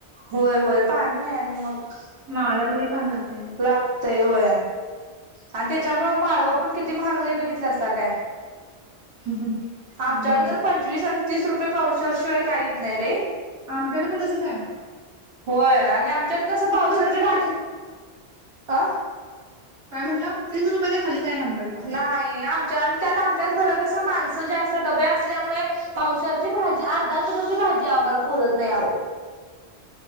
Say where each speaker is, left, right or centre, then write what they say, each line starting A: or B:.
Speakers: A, on the right; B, on the right.
A: होय होय पाणी नाही आणि मग
B: माळव्याला लई पाणी लागते
A: लागतय होय आणि त्याच्यामुळे माळवं पण किती महागलय बघितलं असता काय
B: म्हणून
A: आमच्याकडे
B: लई मागणी
A: तर पंचवीस आणि तीस रुपये पावशर शिवाय काहीच नाहीरे
B: आमच्याकडे पण तसंच आहे.
A: होय आणि आमच्यात कसं
B: तीस
A: पावशरची
B: रुपयापेक्षा
A: भाजी अ
B: काय म्हटलं तीस रुपयाच्या खाली काय नाही आमच्याकडे पण.
A: नाही आमच्या अन त्यात आमच्याच घर कस माणसं जास्त डब्या असल्यामुळे पावशरची भाजी अर्धा किलोची भाजी आम्हाला पुरत नाहीओ
B: <unintelligible>